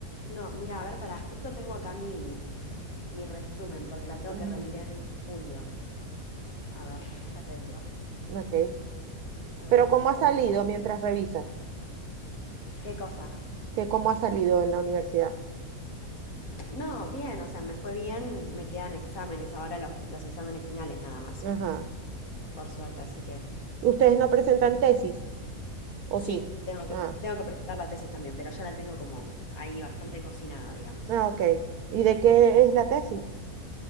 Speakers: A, on the left; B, on the right.
A: No, mira, a ver, para, justo tengo acá mi, mi resumen, porque la tengo
B: Ujú,
A: que rendir en julio. A ver, ya te digo,
B: ujú, ok.
A: lo
B: Pero
A: voy a
B: ¿cómo
A: buscar.
B: ha salido mientras revisas?
A: ¿Qué cosa?
B: que cómo ha salido en la universidad?
A: No, bien, o sea, me fue bien, me quedan exámenes, ahora los, fi- los exámenes finales nada más,
B: Ajá.
A: por suerte, así que
B: ¿Ustedes no presentan tesis? ¿O
A: sí,
B: sí?
A: tengo que,
B: Ah,
A: pre- tengo que presentar la tesis también, pero ya la tengo como ahí bastante cocinada, digamos.
B: ah, ok. ¿Y de qué es la tesis?